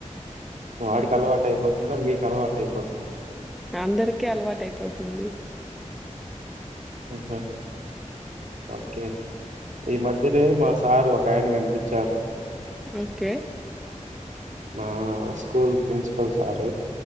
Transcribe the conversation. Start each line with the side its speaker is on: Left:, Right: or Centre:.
Right: వాడికి అలవాటు అయిపోతుందా మీకు అలవాటు అయిపోతుందా
Centre: అందరికీ అలవాట అయిపోతుంది.
Right: ఆహా! ఓకే ఈ మధ్యనేే మా సారు ఒక ఆయన కనిపిచ్చారు.
Centre: ఓకే
Right: మా స్కూల్ ప్రిన్సిపల్ సార్